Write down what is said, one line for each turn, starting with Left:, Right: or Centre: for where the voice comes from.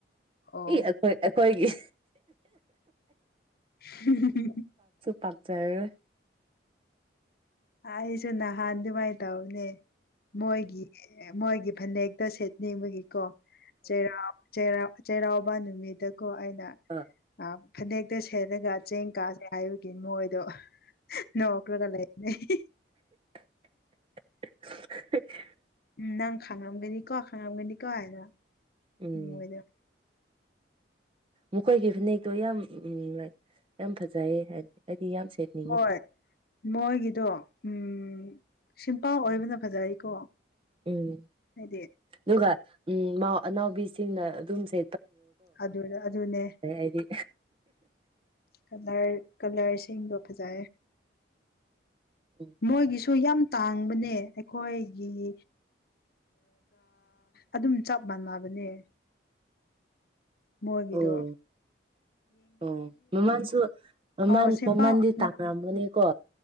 Left: ꯑꯣ
Right: ꯏ ꯑꯩꯈꯣꯏ ꯑꯩꯈꯣꯏꯒꯤ
Left: <unintelligible>
Right: ꯄꯆ
Left: ꯑꯁꯨꯟꯅ ꯍꯥꯟꯗꯥꯏ ꯇꯎꯅꯦ ꯃꯣꯏꯒꯤ ꯃꯣꯏꯒꯤ ꯐꯅꯦꯛꯇ ꯁꯦꯠꯅꯤꯡꯕꯒꯤꯀꯣ ꯆꯩꯥꯎ ꯆꯩꯔꯥꯎꯕ ꯅꯨꯃꯤꯠꯇꯀꯣ ꯑꯩꯅ
Right: ꯑ ꯑ
Left: ꯐꯅꯦꯛ ꯀꯛꯇ ꯁꯦꯠꯂꯒ ꯆꯦꯡ ꯀꯥꯁꯦ ꯍꯥꯏꯕꯒꯤ ꯃꯣꯏꯗꯣ ꯅꯣꯛꯂꯒ ꯂꯩ ꯂꯩ
Right: <inaudible>
Left: ꯎꯝ ꯅꯪ ꯈꯥꯡꯉꯝꯒꯅꯤꯀꯣ ꯈꯥꯡꯉꯝꯒꯅꯤꯀꯣ ꯍꯥꯏꯅ
Right: ꯎꯝ
Left: ꯃꯣꯏꯗ
Right: ꯃꯈꯣꯏꯒꯤ ꯐꯅꯦꯛꯇꯣ ꯌꯥꯝ ꯎ ꯂ ꯌꯥꯝ ꯐꯖꯩꯌꯦ ꯍꯥꯏꯗꯤ ꯌꯥꯝ ꯁꯦꯠꯅꯤꯡꯉꯦ
Left: ꯍꯣꯏ ꯃꯣꯏꯒꯤꯗꯣ ꯎꯝ ꯁꯤꯝꯄꯥ ꯑꯣꯏꯕꯅ ꯐꯖꯩꯀꯣ
Right: ꯎꯝ
Left: ꯍꯥꯏꯗꯤ
Right: ꯑꯗꯨꯒ ꯎꯝ ꯑꯅꯥꯎꯕꯤꯁꯤꯡꯅ ꯑꯗꯨꯝꯁꯦ
Left: ꯑꯗꯨ ꯑꯗꯨꯅꯦ
Right: ꯑꯩꯗꯤ
Left: ꯀꯂꯔ ꯀꯂꯔꯁ ꯕ ꯐꯖ
Right: ꯎꯝ
Left: ꯃꯣꯏꯒꯤꯁꯨ ꯌꯥꯝ ꯇꯥꯡ ꯍꯪꯕꯅꯦ ꯑꯩꯈꯣꯏꯒꯤ ꯑꯗꯨꯝ ꯆꯞ ꯃꯥꯟꯅꯕꯅꯦ ꯃꯒꯤꯗꯨ
Right: ꯑꯣ ꯑꯣ ꯃꯃꯥꯟꯁꯨ ꯃꯃꯥꯟ
Left: ꯑꯣ ꯁꯤꯝꯄꯜ
Right: ꯃꯃꯥꯟꯗꯤ
Left: ꯑꯣꯏꯅ
Right: ꯇꯥꯡꯅꯃꯅꯤꯀꯣ